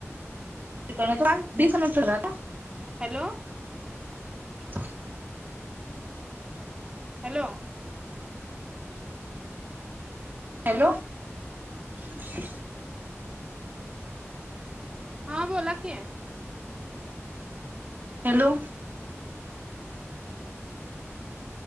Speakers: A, on the right; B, on the right.
A: ते त बीस नस का
B: हॅलो
A: हो
B: हॅलो
A: हॅलो <inaudible>
B: हा बोला कि
A: हो